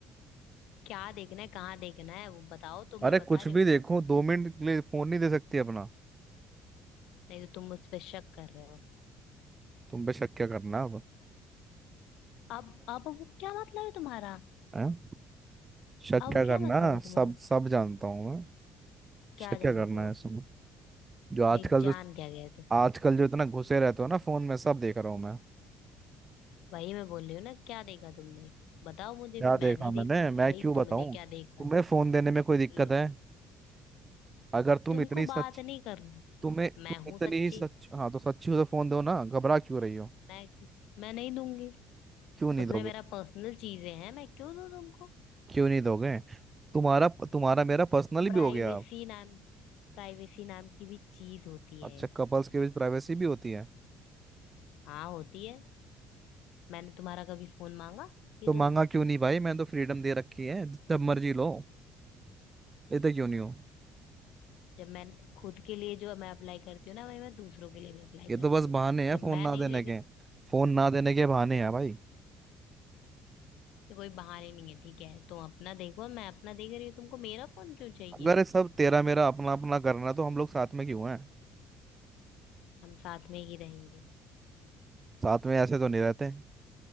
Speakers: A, on the left; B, on the right.
A: क्या देखना है कहाँ देखना है वो बताओ तो मैं
B: अरे
A: बता
B: कुछ
A: रही हूँ
B: भी देखो
A: ना
B: दो मिनट के लिए फोन नहीं दे सकती अपना
A: नहीं तो तुम उस पर शक कर रहे हो
B: तुम पे शक क्या करना अब
A: अब अब वो क्या मतलब है तुम्हारा
B: हैं? शक
A: अब
B: क्या करना
A: क्या मतलब
B: है,
A: है
B: सब
A: तुम्हारा
B: सब जानता हूँ मैं
A: क्या
B: शक
A: जानते
B: क्या करना
A: हो
B: है इसमें जो आजकल
A: नहीं जान
B: जो
A: क्या गए तुम
B: आजकल जो इतना घुसे रहते हो ना फोन में सब देख रहा हूँ मैं
A: वही मैं बोल रही हूँ ना क्या देखा तुमने बताओ मुझे
B: क्या
A: भी
B: देखा
A: मैं भी
B: मैंने
A: देखूं
B: मैं
A: कि भाई
B: क्यों
A: तुमने
B: बताऊँ
A: क्या देखा
B: तुम्हें
A: है
B: फोन देने में कोई दिक्कत
A: लो
B: है अगर तुम
A: तुमको
B: इतनी सच
A: बात नहीं करनी
B: तुम्हें
A: मैं
B: तुम
A: हूं
B: इतनी
A: सच्ची
B: ही सच हाँ तो सच्ची हो तो फोन दो ना घबरा क्यों रही हो
A: मैं मैं नहीं दूंगी
B: क्यों नहीं
A: उसमें
B: दोगे
A: मेरा पर्सनल चीजें हैं मैं क्यों दूं तुमको
B: क्यों नहीं दोगे तुम्हारा तुम्हारा मेरा पर्सनल भी
A: प्राइवेसी
B: हो गया अब
A: नाम प्राइवेसी नाम की भी चीज होती
B: अच्छा
A: है
B: कपल्स के बीच प्राइवेसी भी होती है
A: हाँ होती है मैंने तुम्हारा कभी फोन मांगा कि
B: तो मांगा
A: दो
B: क्यों नहीं भाई मैंने तो फ्रीडम दे रखी है जब मर्जी लो लेते क्यों नहीं हो
A: जब मैं खुद के लिए जो मैं अप्लाई करती हूँ ना वही मैं दूसरों के लिए भी अप्लाई
B: ये तो
A: करती
B: बस
A: हूँ
B: बहाने हैं
A: जब
B: फोन
A: मैं
B: ना
A: नहीं
B: देने
A: ले रही
B: के फोन ना देने के बहाने हैं भाई
A: तो कोई बहाने नहीं है ठीक है तुम अपना देखो मैं अपना देख रही हूँ तुमको मेरा फोन क्यों चाहिए
B: अगर ये सब तेरा मेरा अपना अपना करना है, तो हम लोग साथ में क्यों हैं
A: हम साथ में ही रहेंगे
B: साथ में ऐसे तो नहीं रहते